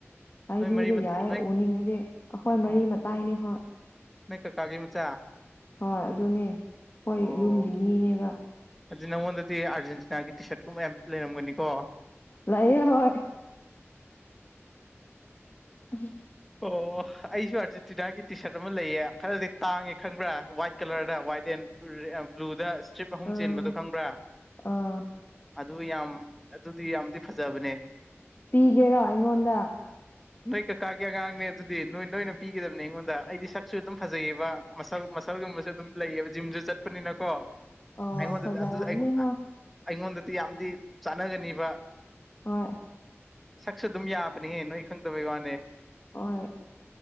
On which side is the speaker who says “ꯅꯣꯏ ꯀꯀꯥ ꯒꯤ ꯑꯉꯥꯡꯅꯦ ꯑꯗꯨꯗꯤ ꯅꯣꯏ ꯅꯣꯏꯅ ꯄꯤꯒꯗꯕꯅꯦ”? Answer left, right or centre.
Centre